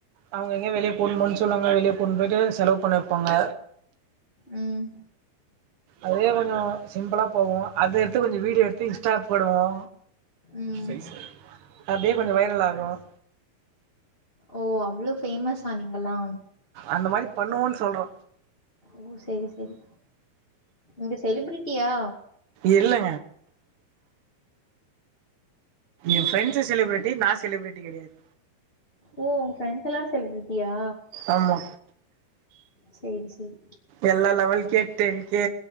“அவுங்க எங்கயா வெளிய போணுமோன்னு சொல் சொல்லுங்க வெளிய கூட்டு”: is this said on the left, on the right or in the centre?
Right